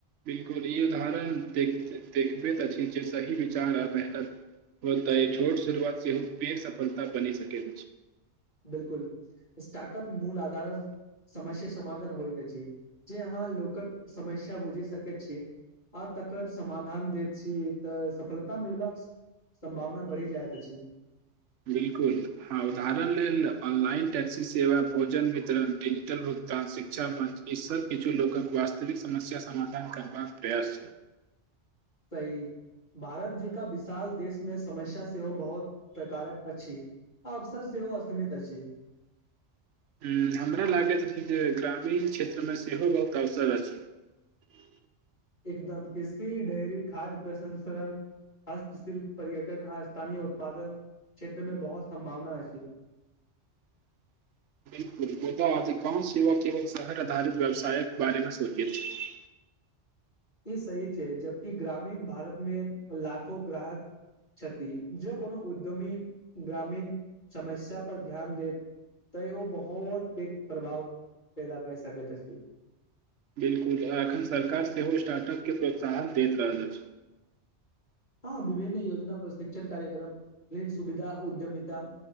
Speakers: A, on the right; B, on the left.
A: बिलकुल ई उदाहरण देख देखबैत अछि जे सही विचार आ मेहनत हो तऽ ई छोट शुरुआत सेहो पेघ सफलता बनि सके
B: बिलकुल स्टार्टअप मूल आधारण समस्या समाधान होइत अछि जे अहाँ लोकक समस्या बुझि सकैत छी आ तकर समाधान दैत छी तऽ सफलता मिलबाक संभावना बढ़ी जायत अछि
A: बिलकुल हँ उदाहरण लेल ऑनलाइन टैक्सी सेवा भोजन वितरण डिजिटल कान शिक्षा वं ईसभ किछु लोकक वास्तविक समस्या समाधान करबाक प्रयास छल
B: सही भारत जेकां विशाल देशमे समस्या सेहो बहुत प्रकारक अछि अफसर सेहो असीमित अछि
A: <unintelligible> ह हमरा लागैत रह जे ग्रामीण क्षेत्रमे सेहो बहुत अवसर अछि ह
B: एकदम कृषि डेरी खाद्य प्रसंसरण हस्तशिल्प पर्यटन आ स्थानीय उत्पादन क्षेत्रमे बहुत सम्भावना अछि
A: <inaudible> बिलकुल मुदा अधिकांश युवक केवल शहर आधारित व्यवसायक बारेमे सोचै छथि <unintelligible>
B: ई सही छैे जबकि ग्रामीण भारतमे लाखो ग्राहक छति जे कोनो उद्यमी ग्रामीण समस्या पर ध्यान देैत तय ओ बहुत पैघ प्रभाव पैदा कर सकैत अछि
A: बिलकुल एखन सरकार सेहो स्टार्टअपके प्रोत्साहन दैत रहल अछि
B: हँ विभिन्न योजना प्रशिक्षण कार्यक्रम ऋन सुविधा उद्यमता